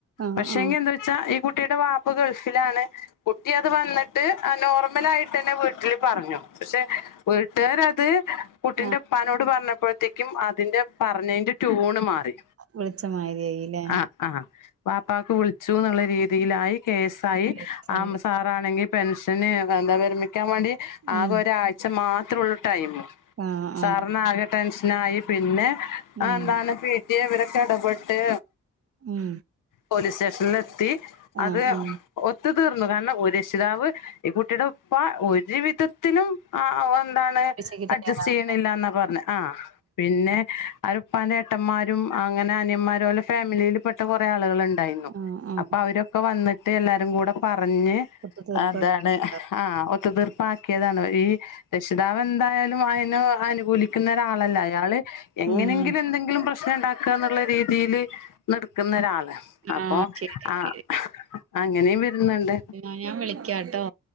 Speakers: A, on the right; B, on the left.
A: ആഹ്
B: പക്ഷെങ്കി
A: ആഹ്
B: ന്താ വെച്ചാ ഈ കുട്ടിടെ വാ പ്പ ഗൾഫിലാണ് കുട്ടി അത് വന്ന്ട്ട് നോർമലായിട്ടെന്നെ വീട്ടില് പറഞ്ഞു പക്ഷെ വീട്ട്കാരത് കുട്ടിന്റെപ്പാനോട്
A: ആഹ്
B: പറഞ്ഞപ്പോഴത്തേക്കും അതിന്റെ പറഞ്ഞേന്റെ ട്യൂണ് മാറി
A: വിളിച്ചമാരിയായില്ലേ
B: ആ വാപ്പാക്ക് വിളിച്ചു ന്നുള്ള രീതിലായി കേസായി
A: കേസായി
B: ആ സാ റാണെങ്കി പെൻഷന് എന്താ വിരമിക്കാൻ വാണ്ടി ആകൊരാഴ്ച
A: ഉം
B: മാത്രോള്ളു ടൈമ്
A: ആഹ്
B: സാറിനാകെ
A: ആഹ്
B: ടെൻഷനായി പിന്നെ
A: ഉം
B: അതെന്താണ് പി ടി എ ഇവരൊക്കെ എടപെട്ട്
A: ഉം
B: പോലീസ് സ്റ്റേഷനിലെത്തി അത്
A: ആഹ് ആഹ്
B: ഒത്തു തീർന്ന് കാരണം ഒരെക്ഷിതാവ് ഈ കുട്ടിടെ പ്പ ഒരു വിധത്തിലും ആ എന്താണ്
A: പരീക്ഷക്ക് തയ്യാറാവണ്ട
B: അഡ്ജസ്റ്റ് ചെയ്യ്ണില്ലാന്നാ പറഞ്ഞെ ആഹ് പിന്നെ അവരെ ഇപ്പാന്റെ ഏട്ടന്മാരും അങ്ങനെ അനിയന്മാരും ഓലെ ഫാമിലിയില് പെട്ട കൊറേ ആളുകള് ണ്ടായിന്നു
A: ആഹ് ആഹ്
B: അപ്പൊ അവരൊക്കെ വന്നിട്ട് എല്ലാരും കൂടെ പറഞ്ഞ്
A: ഒക്കെ തീർപ്പാക്കിട്ടുണ്ടാവും
B: അതാണ് ആഹ് ഒത്തുതീർപ്പാക്കിയതാണ് ഈ രക്ഷിതാവ് എന്തായാലും അയിന് അനു കൂലിക്കുന്നോരാളല്ല അയാള് എങ്ങനെങ്കിലും
A: ഉം
B: എന്തെങ്കിലും പ്രശ്നണ്ടാക്കാന്ന്ള്ള രീ തീല് നിട്ക്കുന്നോരാൾ ണ് അപ്പൊ
A: ആഹ് ശരി ശരി
B: ആഹ് അങ്ങനേം വര്ന്ന്ണ്ട്
A: എന്നാ ഞാൻ വിളിക്കാട്ടോ